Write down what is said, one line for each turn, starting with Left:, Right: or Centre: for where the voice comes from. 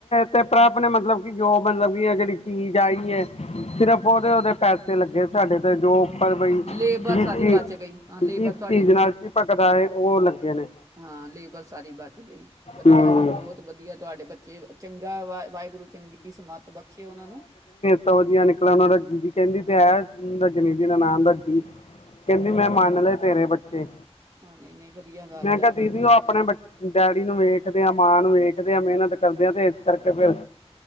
Left: ਤੇ ਭਰਾ ਆਪਣੇ ਮਤਲਬ ਕਿ ਜੋ ਮਤਲਬ ਕਿ ਅ ਜਿਹੜੀ ਚੀਜ਼ ਆਈ ਏ। ਸਿਰਫ਼ ਉਹਦੇ-ਉਹਦੇ ਪੈਸੇ ਲੱਗੇ ਸਾਡੇ ਤੇ ਜੋ। ਪਰ ਬਈ
Right: ਲੇਬਰ
Left: ਜਿਸ
Right: ਸਾਰੀ
Left: ਚ
Right: ਬਚ ਗਈ ਹਾਂ ਲੇਬਰ
Left: ਜਿਸ
Right: ਤੁਹਾਡੀ
Left: ਚੀਜ਼ ਨਾਲ ਚ ਭਕਦਾ ਆ। ਉਹ ਲੱਗੇ ਨੇ।
Right: ਹਾਂ, ਲੇਬਰ ਸਾਰੀ ਬਚ ਗਈ। ਵਧੀਆ
Left: ਹੂੰ
Right: ਜੀ ਬਹੁਤ ਵਧੀਆ। ਤੁਹਾਡੇ ਬੱਚੇ ਚੰਗਾ ਵਾ ਵਾਹਿਗੁਰੂ ਚੰਗੀ ਸਮੱਤ ਬਖਸ਼ੇ ਉਹਨਾਂ ਨੂੰ।
Left: ਤਾਂ ਵਧੀਆ ਨਿਕਲਣ। ਉਹਨਾਂ ਦਾ ਜੀਦੀ ਦੀ ਕਹਿੰਦੀ ਤੇ ਏ ਦਾ ਜੀ ਦੀ ਦਾ ਨਾਮ ਦਾ ਜੀ। ਕਹਿੰਦੀ ਮੈਂ ਮੰਨ ਲਏ ਤੇਰੇ ਬੱਚੇ।
Right: ਹਾਂ ਨਹੀਂ ਨਹੀਂ ਵਧੀਆ ਗੱਲ
Left: ਮੈਂ ਕਿਹਾ
Right: ਹੈ
Left: ਦੀਦੀ ਉਹ ਆਪਣੇ ਬੇ- ਡੈਡੀ ਨੂੰ ਵੇਖਦੇ ਆ, ਮਾਂ ਨੂੰ ਵੇਖਦੇ ਆ। ਮਿਹਨਤ ਕਰਦੇ ਹ ਤੇ ਇਸ ਕਰਕੇ ਫਿਰ